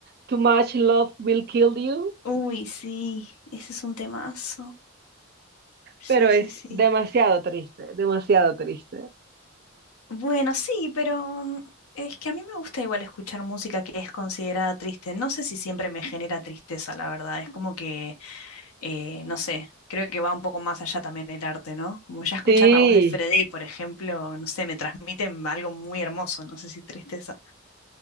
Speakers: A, on the right (about 45°); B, on the left (about 80°).
A: Too Much Love Will Kill You,
B: uy, sí, ese es un temazo. Sí,
A: pero
B: sí,
A: es
B: sí.
A: demasiado triste, demasiado triste.
B: Bueno, sí, pero mm, es que a mí me gusta igual escuchar música que es considerada triste. No sé si siempre me genera tristeza, la verdad. Es como que eh, no sé, creo que va un poco más allá también el arte, ¿no? Como ya escuchar
A: Sí,
B: la voz de Freddy, por ejemplo, no sé, me transmiten algo muy hermoso, no sé si tristeza.